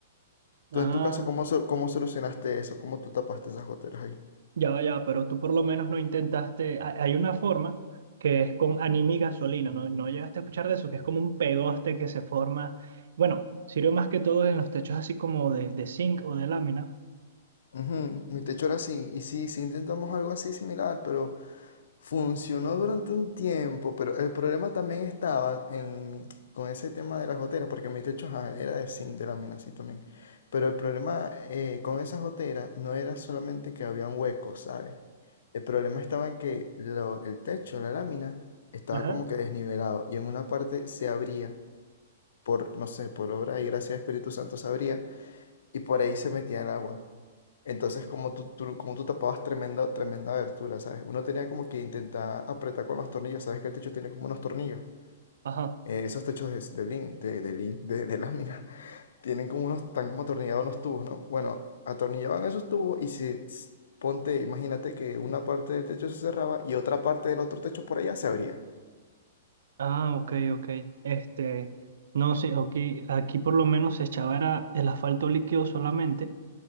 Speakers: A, on the right; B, on the left.
A: Ah,
B: Tú en tu caso, ¿cómo, so- cómo solucionaste eso? ¿Cómo tú tapaste esas goteras ahí?
A: ya va, ya, va, pero tú por lo menos no intentaste. ha- Hay una forma que es con anime y gasolina, ¿no? No llegaste a escuchar de eso, que es como un pegoste que se forma. Bueno, sirve más que todo en los techos así como de, de zinc o de lámina.
B: Ujú, Mi techo era así, y sí, sí intentamos algo así similar, pero funcionó durante un tiempo, pero el problema también estaba en, con ese tema de las goteras, porque mi techo ajá, era de zinc, de lámina así también, pero el problema eh, con esas goteras no era solamente que habían huecos, ¿sabes? El problema estaba en que lo- el techo, la lámina, estaba
A: Ajá.
B: como que desnivelado, y en una parte se abría, por, no sé, por obra y gracia del Espíritu Santo se abría, y por ahí se metía el agua. Entonces, como tú, tú- como tú tapabas tremenda, tremenda abertura, ¿sabes? Uno tenía como que intentar apretar con los tornillos, ¿sabes? Que el techo tiene como unos tornillos.
A: Ajá.
B: Eh, esos techos de, de, lin- de, de, lin- de, de lámina <laughs> tienen como unos, están como atornillados unos tubos, ¿no? Bueno, atornillaban esos tubos y si, s- ponte, imagínate que una parte del techo se cerraba y otra parte del otro techo por allá se abría.
A: Ah, ok, ok. Este, no sé, ok. Aquí por lo menos se echaba era el asfalto líquido solamente,